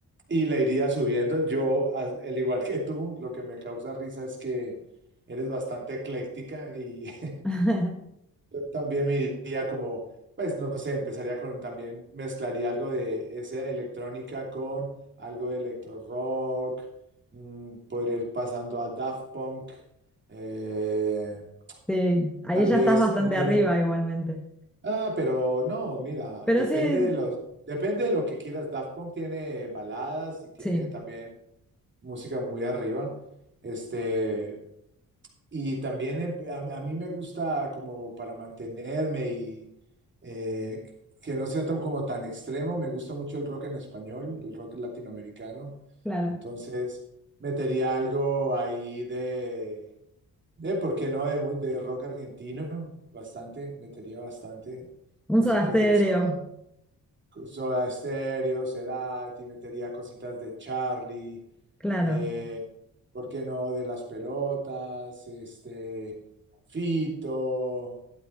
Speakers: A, on the right (about 30°); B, in the centre.
A: y la iría subiendo. Yo, al al igual que tú, lo que me causa risa es que eres bastante ecléctica y... <laughs>
B: <laughs>
A: También me iría como, pues no sé, empezaría con también, mezclaría algo de esa electrónica con algo de electro rock, mm, podría ir pasando a Daft Punk, eh,
B: Sí, ahí
A: tal
B: ya
A: vez
B: estás bastante
A: le
B: arriba
A: met-
B: igualmente.
A: Ah, pero no, mira,
B: Pero
A: depende
B: sí,
A: de los, depende de lo que quieras. Daft Punk tiene baladas y tiene
B: sí,
A: también música muy arriba. Este, y también em- a, a mí me gusta como para mantenerme y eh, que no sea tan como tan extremo, me gusta mucho el rock en español, el rock latinoamericano.
B: claro.
A: Entonces metería algo ahí de, de ¿por qué no? De, mu- de rock argentino, bastante, metería bastante
B: Un
A: cositas
B: Soda Stereo,
A: de eso. Soda Stereo, Cerati, metería cositas de Charlie,
B: claro.
A: eh, ¿por qué no? De las pelotas, este, Fito,